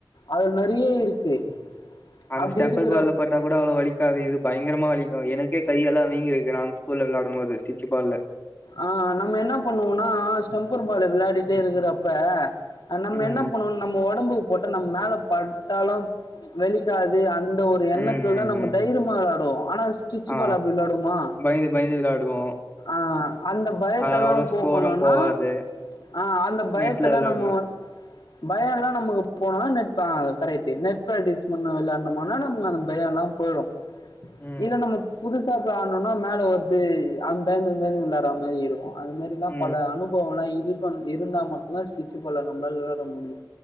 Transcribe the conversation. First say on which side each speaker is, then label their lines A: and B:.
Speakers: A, on the left (about 75°); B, on the left (about 25°).
A: அது நெறைய இருக்கு
B: அந்த
A: அப்டி
B: ஸ்டெம்பர்
A: இருக்கிற
B: பால்ல பட் டா கூட அவ்ளோ வலிக்காது இது பயங்கரமா வலிக்கு எனக்கே கையெல்லா வீங்கிருக்கு நாங்க ஸ்கூல்ல விளாடும் போது ஸ்டிச்சு பால்ல
A: ஆ நம்ம என்ன பண்ணுவோன்னா ஸ்டெம்பர் பால விளாடிட்டே இருக்கிறப்ப அ நம்ம
B: ம்
A: என்ன பண்ணுவோ நம்ம ஒடம்பு போட்ட நம்ம மேல பட்டாலு வலிக்காது அந் த ஒரு எண்ணத்துல
B: ம் ம்
A: தா நம்ம
B: ம் ம்
A: தைரியமா வெளாடுவோ ஆனா ஸ்டிச்
B: ஆ
A: பால் அப்டி விளாடுவோமா
B: பயந்து பயந்து விளாடுவோ
A: ஆ அந்த பயத்தல்லா
B: அவ்ளோ ஸ்கோரு
A: போக்கனுன்னா
B: போவாது
A: அ அந்த பயத்தல்லா
B: நெட்ல விளாட்ணு
A: நம்ம பயொல்லா நமக்கு போனுன்னா நெட் ஆ கரெக்ட்டு நெட் ப்ராக்ட்டிஸ் பண்ண வெளாட்னமோனா நமக்கு அந்த பயொல்லா போயிடு
B: ம்
A: இல்ல நம்ம புது சா போய் ஆட்னோன மேல வருது அங் பயந்துன் பயந்துன்‌ விளாட்ற மாரி இருக்கு அது மாரிலா
B: ம்
A: பல அனுபவொல்லா இரு <unintelligible> இருந்தா மட்டு தா ஸ்டிச்சு பால நம்ளால விளாட முடியு